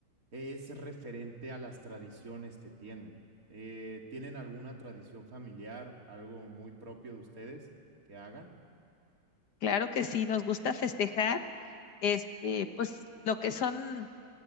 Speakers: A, on the right; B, on the left.
A: es referente a las tradiciones que tienen. Eh, ¿tienen alguna tradición familiar, algo muy propio de ustedes que hagan?
B: Claro que sí, nos gusta festejar este, pues lo que son